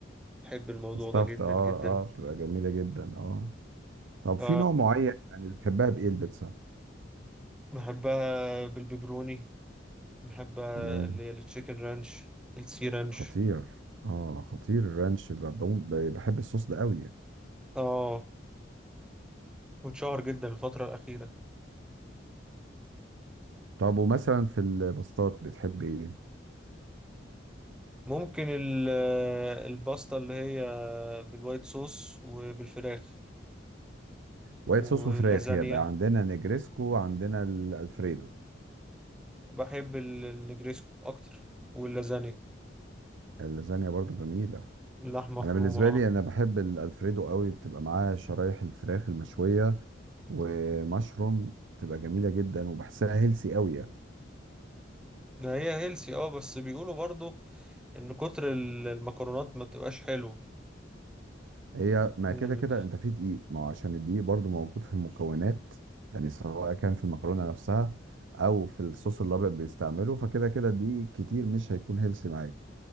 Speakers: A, in the centre; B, on the right.
A: بحب الموضوع
B: استفت
A: ده جدا
B: اه
A: جدا
B: اه بتبقى جميله جدا اه طب
A: ف
B: في نوع معين يعني بتحبها بايه البيتزا
A: بحبها بالبيبروني بحبها
B: تمام
A: اللي هي التشيكن رانش السي رانش
B: خطير اه خطير الرانش ب- ب- بحب الصوص ده قوي يعني
A: اه واتشهر جدا الفتره الاخيره
B: طب ومثلا في الباستات بتحب ايه
A: ممكن ال- الباستا اللي هي بالوايت صوص وبالفراخ
B: وايت صوص
A: واللازانيا
B: وفراخ يبقى عندنا نجريسكو عندنا الالفريدو
A: بحب ال- الجريسكو اكتر واللازانيا
B: اللازانيا برضو جميله
A: اللحمه مفرومه
B: انا بالنسبه لي
A: اه
B: انا بحب الالفريدو قوي بتبقى معاه شرايح الفراخ المشويه ومشروم بتبقى جميله جدا وبحسها هيلسي قوي يعني
A: ده هي هيلسي اه بس بيقولوا برضو ان كتر ال- المكرونات ما تبقاش حلوه
B: هي ما
A: ان
B: كده
A: ال...
B: كده انت في دقيق ما هو عشان الدقيق برضو موجود في المكونات يعني سواء كان في المكرونه نفسها او في الصوص الابيض بيستعمله فكده كده الدقيق كتير مش هيكون هيلسي معاك